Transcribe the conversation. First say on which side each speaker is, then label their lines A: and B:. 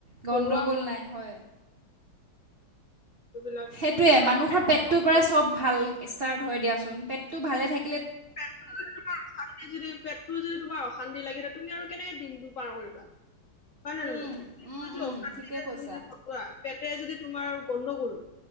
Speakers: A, on the right (about 65°); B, on the left (about 65°).
A: গন্দগোল
B: ঘৰুৱা
A: নাই হয়।
B: এইবিলাক
A: সেইটোৱে
B: পুৰা
A: মানুহৰ
B: ফ্ৰেছ
A: পেটটোৰ
B: বস্তু।
A: পৰা চব ভাল ষ্টাৰ্ট হয় দিয়া চোন। পেটটো ভালে থাক-
B: পেটটো যদি তোমাৰ অশান্তি যদি পেটটো যদি তোমাৰ অশান্তি লাগি তুমি আৰু কেনে দিনটো পাৰ কৰিবা হয় নে নহয়
A: উম,
B: দিনটো
A: উম,
B: যদি
A: উম,
B: অশান্তিৰে
A: ঠিকে কৈছা
B: তুমি য কটুৱা পেটে যদি তোমাৰ গন্দগোল।